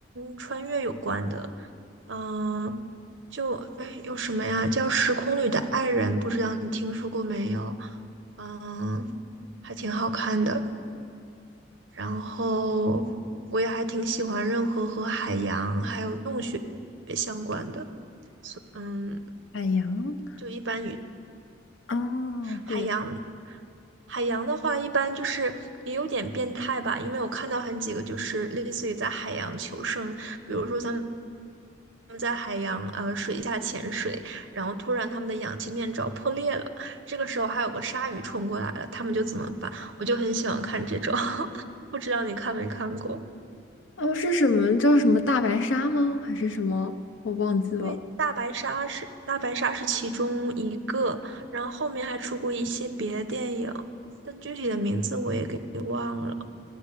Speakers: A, on the right; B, on the left.
A: 穿越有关的。嗯，就哎有什么呀？叫《时空里的爱人》，不知道你听说过没有？嗯，还挺好看的。然后我也还挺喜欢任何和海洋还有洞穴相关的。嗯，
B: 海洋，
A: 就一般与。
B: 哦，
A: 海洋，
B: 对，
A: 海洋的话，一般就是也有点变态吧，因为我看到很几个就是类似于在海洋求生，比如说他们他们在海洋呃水下潜水，然后突然他们的氧气面罩破裂了，这个时候还有个鲨鱼冲过来了，他们就怎么办？我就很喜欢看这种，<laughs> 不知道你看没看过？
B: 哦，是什么叫什么大白鲨吗？还是什么？我忘记了。
A: 对，大白鲨是大白鲨是其中一个，然后后面还出过一些别的电影，但具体的名字我也给忘了。